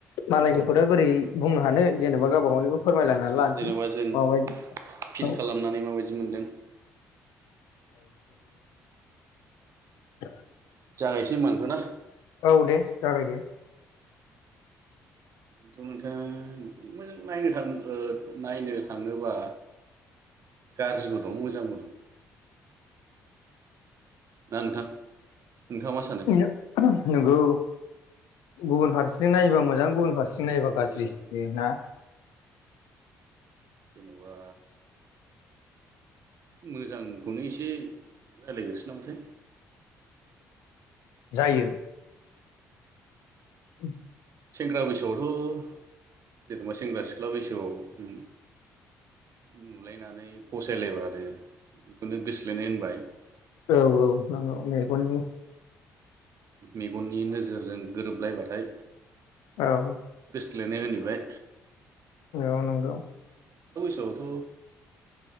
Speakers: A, on the left; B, on the right.
A: मालायनि खौ दा बोरै बुंनो हानो । जेनेबा गावबा गावनिखौ फोरमायलायनानै
B: मिथिया
A: लानोसै
B: जेनेबा जों
A: माबायदि
B: फिल
A: औ
B: खालामनानै माबायदि मोनदों
A: <inaudible>
B: जागायनोसै होनबा नोंथां ना?
A: औ दे जागायदो ।
B: दाथ' नोंथा मोजां नायनो थां ओ नायनो थाङोबा गाज्रिबो दं मोजांबो दं । ना नोंथां नोंथाङा मा सानो
A: <unintelligible> नंगौ गुबुन फारसे जों नायोबा मोजां गुबुन फारसेजों नायोबा गाज्रि
B: मोजां
A: । बे ना?
B: बा मोजांखौनो एसे रायलायग्रोनोसै नामाथाय
A: जायो । <inaudible>
B: सेंग्रा बैसोआवथ' जेनेबा सेंग्रा सिख्ला बैसोआव उम नुलायनानै फसायलायबानो बेखौनो गोस्थोलायनाय होनबाय ।
A: औ औ नंगौ मेगननि
B: मेगननि नोजोरजों गोरोबलायबाथाय
A: औ
B: थोलायनाय होनहैबाय।
A: औ नंगौ
B: आवथ'